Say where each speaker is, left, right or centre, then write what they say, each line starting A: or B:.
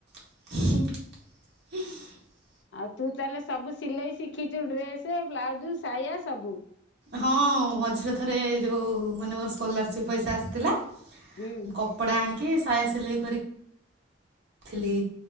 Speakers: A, on the right; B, on the left.
A: <inaudible>
B: ଆଉ ତୁ ତାହେଲେ ସବୁ ସିଲେଇ ଶିଖିଛୁ ଡ୍ରେସ ବ୍ଲାଉଜ ସାୟା ସବୁ।
A: ହଁ ମଝିରେ ଥରେ ଯୋଉ ମାନେ ମୋର ସ୍କଲାରସିପ ପଇସା ଆସିଥିଲା
B: ହୁଁ
A: କପଡ଼ା ଆଣିକି ସାୟା ସିଲେଇ କରିକି ଆଣିଥିଲି